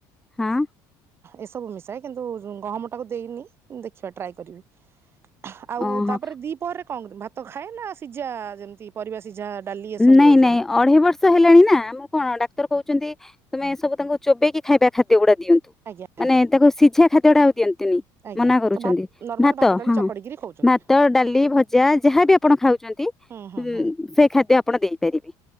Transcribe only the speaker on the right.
ଏସବୁ ମିଶାଏ କିନ୍ତୁ ଗହମ ଟାକୁ ଦେଇନି ଦେଖିବା ଟ୍ରାଏ କରିବି। ଆଉ
ତାପରେ ଦିପହରେ କଁ ଭାତ ଖାଏ ନା ସିଝା ଯେମିତି ପରିବା ସିଝା ଡାଲି ଏ ସବୁ
ଦଉଚନ୍ତି?
ଆଜ୍ଞା
ଆଜ୍ଞା
ଆଜ୍ଞା
ତ ଭାତ ନର୍ମାଲ
ଡାଲି
ଚକଡିକିରି ଖାଉଛନ୍ତି
ହୁଁ ହୁଁ
ହୁଁ।